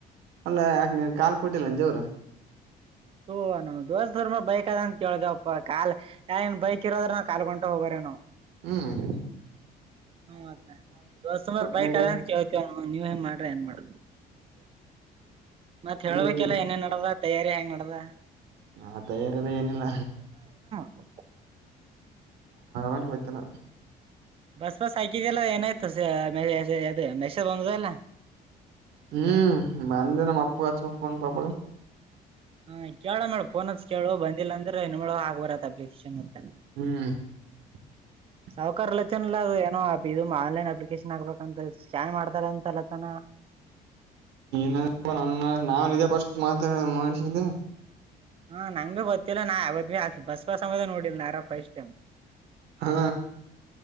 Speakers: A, on the right (about 80°); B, on the right (about 35°).
A: ಅಲ್ಲ ಯಾಕೆ ನೀನ್ ಕಾಲ್ ಕೊಟ್ಟಿಲ್ಲಂಜವ್ರ
B: ಹೂ ದೋ ಸುರ್ಮ ಬೈಕ್ ಅದಂತ ಕೇಳ್ದವಪ್ಪಾ ಕಾಲ್ನ್ ಬೈಕ್ ಇರೋದ್ರ ನಾವು ಕಾಲ್ಕೊಂಡ ಹೋಗೋ್ರ ಣ
A: ಹ್ಮ್ ಇದೆ
B: ಹ್ಮ ಮ ದೋಸ ಬೈಕ್
A: ನಡ್ಯಾಕ್
B: ನೀವ ನ್ ಮಾಡ್ ಏನ್ ಮಾಡ ಮತ್ತ ಹಬೇಕಲ್ಲ
A: ನೀವು
B: ಏನೇನ್ ನಡದ ತಯಾರಿ ಹೆಂಗ ಹದ
A: ಹಾ ತಯಾರಿಲ್ಲ ಏನಿಲ್ಲ
B: <inaudible>
A: ಅನುವತನ
B: ಬಸ್ ಬಸ್ ಸೈಕಿದ ಎಲ್ಲ ಏನಾಯ್ತು ಸ ಅದು ಮೆಸರ್ ಬಂದ ಎಲ್ಲ
A: ಹ್ಮ್ ಬಂದ ನಮ್ಮ ಅಪ್ಪು ಅ ಫೋನ್ ಪಪಡ
B: ಹಾ ಕೇಳ ಮೇಳಫೋನ್ತ್ ಕೇಳು ಬಂದಿಲ್ಲ ಅಂದ್ರೆ ನಿಮಳ ಆಗ್ ಬರತ್ತ ಅ ಬಕ್ಷೆ ಮತ್ತ
A: ಹ್ಮ
B: ಸಾವಕಕಾರಲತನಲ್ಲ ಅದು ಏನೋ ಅ ಆನ್ಲೈನ್ ಅಪ್ಲಿಕೇಶನ್ ಆಾಕ್ಬೇಕಂತ ಸ್ಕ್ಯಾನ್ ಮಾಡ್ತಾರ ಅಂತಲ್ಲತನ
A: ನ ನ ನಾ ಇದ ಪಸ್ಟ್ ಮಾತ ಮಾಡಿಸಿದ್ದೆ
B: ಹಾ ನಂಗ್ ಭೀ ಗೊತ್ತಿಲ್ಲ ನಾ ಯಾವತ್ ಭ ಆಾ ಬಸ್ ಬ ಸಮದ ನೋಡಿಲ್ ನಾರ ಫಸ್ಟ್ ಟೈಮ್
A: ಹಾ